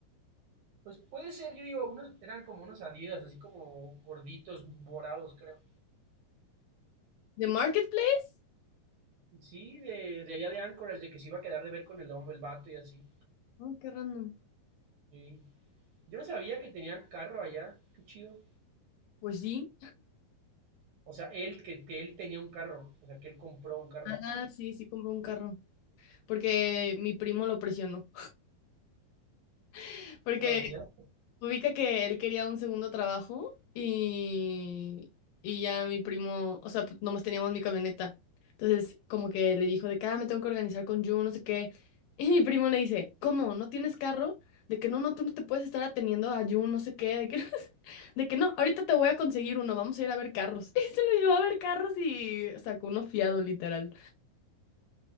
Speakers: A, on the right; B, on the left.
A: pues puede ser, yo digo, unos eran como unos Adidas, así como gorditos, morados, creo.
B: ¿De Marketplace?
A: Sí, de, de allá de Anchorage, de que se iba a quedar de ver con el hombre, el vato y así.
B: Oh, qué random.
A: Sí. Yo no sabía que tenían carro allá, qué chido.
B: Pues sí.
A: O sea, él, que, que él tenía un carro, o sea, que él compró un carro.
B: Ah, sí, sí compró un carro. Porque mi primo lo presionó. <laughs> Porque
A: ¿Te lo vendió?
B: Ubica que él quería un segundo trabajo y, y ya mi primo, o sea, pues, nomás teníamos mi camioneta. Entonces, como que le dijo de que, ah, me tengo que organizar con Jun, no sé qué. <laughs> Y mi primo le dice, ¿cómo? ¿No tienes carro? De que no, no, tú no te puedes estar atendiendo a Jun, no sé qué, de que, <laughs> no sé- de que no, ahorita te voy a conseguir uno, vamos a ir a ver carros. <laughs> Y se lo llevó a ver carros y sacó uno fiado, literal.